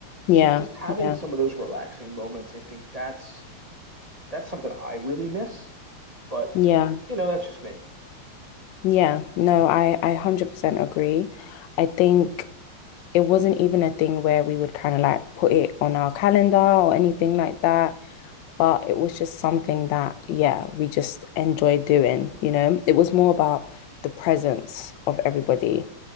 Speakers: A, on the right; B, on the left.
A: So
B: yeah
A: just having
B: yeah
A: some of those relaxing moments, I think that's that's something I really miss, but
B: yeah
A: you know, that's just me.
B: Yeah, no, I I 100% agree. I think it wasn't even a thing where we would kind of like put it on our calendar or anything like that, but it was just something that yeah, we just enjoyed doing, you know. It was more about the presence of everybody.